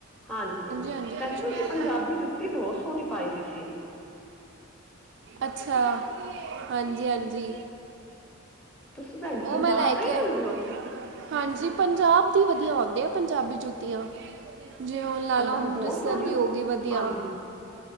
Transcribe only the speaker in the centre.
ਹਾਂਜੀ,
ਭੈਣਜੀ ਤੁਸੀਂ ਪੰਜਾਬੀ ਜੁੱਤੀ ਬਹੁਤ ਸੋਹਣੀ ਪਾਈ ਦੀ ਸੀ।
ਤੁਸੀਂ ਭੈਣ ਜੀ
ਪੰਜਾਬ
ਤੋਂ
ਹੀ
ਲੈਂਦੇ ਹੋ
ਹਾਂਜੀ
ਤੁਹਾਨੂੰ
ਬਹੁਤ ਸੋਹਣੀ
ਹਾਂਜੀ